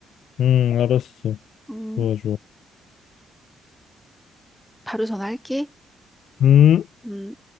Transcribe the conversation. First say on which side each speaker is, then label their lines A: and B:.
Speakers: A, on the left; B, in the centre.
A: 음, 알았어.
B: 음,
A: 좋아, 좋아.
B: 바로 전화할게.
A: 음.
B: 음.